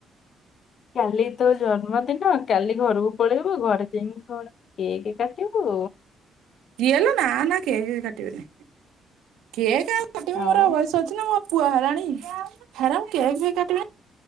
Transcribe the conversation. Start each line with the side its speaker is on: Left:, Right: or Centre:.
Left: କାଲି ତୋ ଜନ୍ମଦିନ କାଲି ଘରକୁ ପଳେଇବୁ ଘରେ ଯାଇକି କଣ କେକ୍ କାଟିବୁ?
Right: ଏଲ ନା ନା କେକ କାଟିବେନି କେକ୍ ଆ
Left: ଆଉ।
Right: ବୟସ
Left: ହୁଁ
Right: ଅଛି ନା ମୋ ପୁଅ ହେଲାଣୀ ହେରା କେକ୍ ଫେକ୍ କାଟିବେ